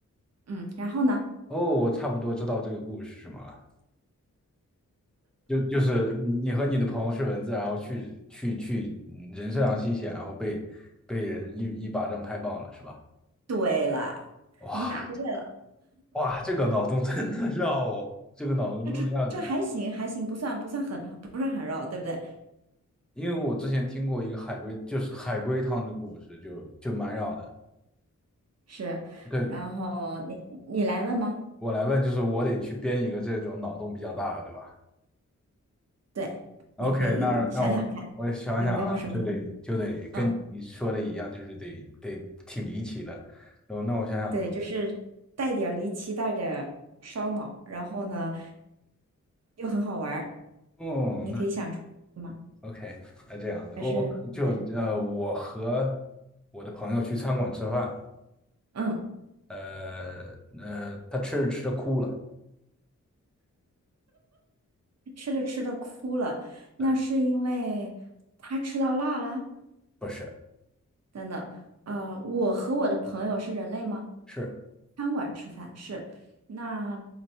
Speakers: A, on the right (about 55°); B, in the centre.
A: 嗯。然后呢？
B: 哦，我差不多知道这个故事是什么了。就就是你和你的朋友是蚊子，然后去去去嗯人身上吸血，然后被被人一一巴掌拍爆了，是吧？
A: 对了，
B: 哇
A: 你答对了。
B: 哇，这个脑洞真的绕，我，这个脑洞真让你，
A: 这这这还行，还行，不算不算很不是很绕，对不对？
B: 因为我之前听过一个海龟，就是海龟汤的故事，就就蛮绕的。
A: 是。
B: 对，
A: 然后你你来问吗？
B: 我来问，就是我得去编一个这种脑洞比较大的，对吧？
A: 对，
B: OK，
A: 你可以想想看，
B: 那那我我想想啊，
A: 有没有什么，
B: 就得就得跟你说的一样，
A: 嗯，
B: 就是得得挺离奇的。然后那我想想，
A: 对，好就的是带点儿离奇，带点儿烧脑，然后呢又很好玩儿，
B: 哦，
A: 你可以想出来吗？
B: 那 OK，那这样的，
A: 还是对，
B: 我就呃，我和我的朋友去餐馆吃饭，
A: 嗯，
B: 呃呃，他吃着吃着哭了，
A: 吃着吃着哭了，
B: 对，
A: 那是因为他吃到辣了。
B: 不是，
A: 等等，呃，我和我的朋友是人类吗？
B: 是
A: 餐馆吃饭是，那